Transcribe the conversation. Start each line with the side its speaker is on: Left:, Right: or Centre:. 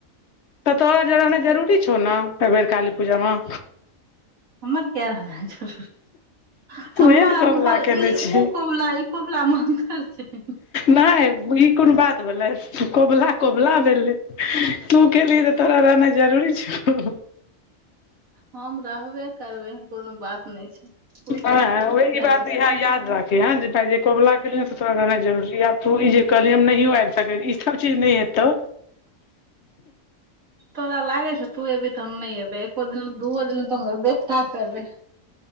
Left: तऽ तोरा जे रहनाइ जरुरी छौ ने एहि बेर काली पूजामे।
Right: हमर किया रहना है जरूर हमर
Left: उहे ने कबुला
Right: हुनकर
Left: केने
Right: ई
Left: छियै
Right: ओ कबुला ई कबुला मे अन्तर छै।
Left: नहि ई कोनो बात भेलै, कबुला कबुला भेलै। तू केलि तऽ तोरा रहना जरूरी छै।
Right: हम रहबे करबै एहन कोनो बात नहि छै। ओ टेंशन
Left: आइ
Right: तू किया
Left: अहि बात
Right: लै छी
Left: इह याद राखे हैं, जे भाय कोबला केलि तऽ तोरा रहनाइ जरुरी। तू ई जे कहलि हम नहियो आबि सकै ई सभ चीज नहि हेतौ।
Right: तोरा लागै छै, तू एखन तऽ हम ने आबै? एक-दू दिन तऽ बेथा करबै।